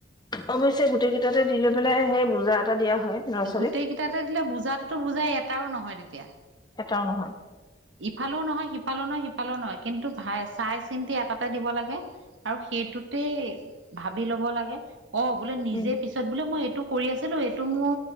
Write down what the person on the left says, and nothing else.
অৱশ্যে গোটেই কেইটাতে দি লৈ পেলাই সেই বোজা এটা দিয়া হয়। ল'ৰা ছোৱালীক
এটাও নহয়।
উম